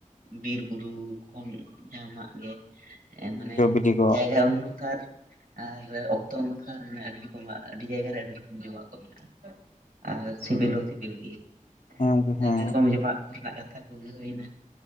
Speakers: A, on the right (about 85°); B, on the left (about 60°).
A: ᱵᱤᱨᱼᱵᱩᱨᱩ ᱠᱷᱚᱱ ᱡᱟᱦᱟᱱᱟᱜ ᱜᱮ ᱢᱟᱱᱮ
B: ᱡᱚ ᱵᱤᱞᱤ ᱠᱚ
A: ᱡᱟᱭᱜᱟ ᱩᱱᱥᱟᱨ ᱟᱨ ᱚᱠᱛᱚ ᱩᱱᱩ ᱢᱟᱱᱮ ᱟᱹᱰᱤ ᱨᱚᱠᱚᱢᱟᱜ ᱟᱹᱰᱤ ᱡᱟᱭᱜᱟ ᱨᱮ ᱟᱹᱰᱤ ᱨᱚᱠᱚᱢ ᱡᱚᱢᱟᱜ ᱠᱚ ᱢᱮᱱᱟᱜᱼᱟ᱾ ᱟᱨ ᱥᱤᱵᱤᱞ ᱦᱚᱸ ᱥᱤᱵᱤᱞ ᱜᱮᱭᱟ᱾
B: ᱦᱮᱸ ᱜᱚᱢᱠᱮ ᱦᱮᱸ
A: ᱟᱹᱰᱤ ᱨᱚᱠᱚᱢ ᱡᱚᱢᱟᱜ ᱠᱚᱨᱮᱱᱟᱜ ᱠᱟᱛᱷᱟ ᱠᱚᱜᱮ ᱦᱩᱭᱱᱟ